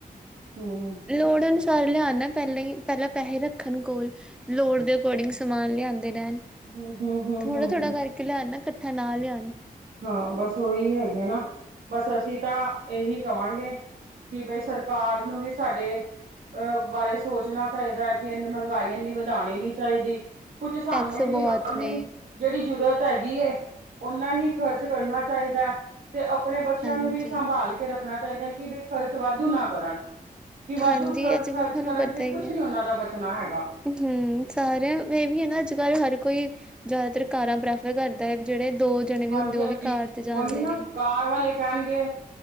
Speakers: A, on the right (about 80°); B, in the centre.
A: ਹੂੰ ਹੂੰ
B: ਲੋੜ ਅਨੁਸਾਰ ਲਿਆਣਾ, ਪਹਿਲਾਈ ਪਹਿਲਾਂ ਪੈਸੇ ਰੱਖਣ ਕੋਲ, ਲੋੜ ਦੇ ਅਕੋਰਡਿੰਗ ਸ ਸਮਾਨ ਲਿਆਦੇ ਰੇਣ,
A: ਹੂੰ ਹੂੰ ਹੂੰ
B: ਥੋੜ੍ਹਾ ਥੋੜ੍ਹਾ
A: ਹੂੰ
B: ਕਰਕੇ ਲਿਆਣ ਨਾ ਇਕੱਠਾ ਨਾ ਲਿਆਨ।
A: ਹਾਂ ਬਸ ਉਹੀ ਹੈਗੇ ਆ ਨਾ, ਬਸ ਅਸੀਂ ਤਾਂ ਇਹੀ ਕਵਾਂਗੇ ਕਿ ਬਈ ਸਰਕਾਰ ਨੂੰ ਵੀ ਸਾਡੇ ਅਹ ਬਾਰੇ ਸੋਚਣਾ ਚਾਹੀਦਾ ਐ ਕਿ ਇੰਨੀ ਮਹਿੰਗਾਈ ਇੰਨੀ ਵਧਾਣੀ ਨੀ ਚਾਹੀਦੀ। ਕੁਝ ਸਾਨੂੰ
B: ਟੈਕਸ ਬਹੁਤ
A: ਵੀ ਆਪਣੀ
B: ਨੇ।
A: ਜਿਹੜੀ ਜ਼ਰੂਤ ਹੈਗੀ ਐਂ, ਉਹਨਾ ਹੀ ਖ਼ਰਚ ਕਰਨਾ ਚਾਹੀਦਾ। ਤੇ ਆਪਣੇ ਬੱਚਿਆਂ
B: ਹਾਂਜੀ,
A: ਲੀ ਵੀ ਸੰਭਾਲ ਕੇ ਰੱਖਣਾ ਚਾਹੀਦਾ ਐ, ਕਿ ਬਈ ਖ਼ਰਚ ਵਾਧੂ ਨਾ ਕਰਨ। ਕਿ ਵਾਧੂ
B: ਹਾਂਜੀ
A: ਖ
B: ਅੱਜ-ਕੱਲ੍ਹ
A: ਖ਼ਰਚ
B: ਤੁਹਾਨੂੰ
A: ਕਰਨਗੇ
B: ਪਤਾ ਹੀ
A: ਕੁਛ
B: ਹੈ।
A: ਨੀ ਓਨਾਂ ਦਾ ਬਚਨਾ ਹੈਗਾ।
B: ਹੂੰ, ਸਾਰਿਆਂ ਏਹ ਵੀ ਐ ਨਾ ਅੱਜ-ਕੱਲ੍ਹ ਹਰ ਕੋਈ ਜ਼ਾਦਾਤਰ ਕਾਰਾਂ ਪ੍ਰੈਫਰ ਕਰਦਾ ਐ ਵੀ ਜੇੜੇ ਦੋ ਜਨੇ ਵੀ
A: ਹਾਂਜੀ
B: ਹੁੰਦੇ ਓ
A: ਹਾਂਜੀ
B: ਵੀ ਕਾਰ ਚ ਜਾਂਦੇ
A: ਉਹੀ ਨਾ
B: ਨੇ।
A: ਕਾਰ ਵਾਲੇ ਕੈਨਗੇ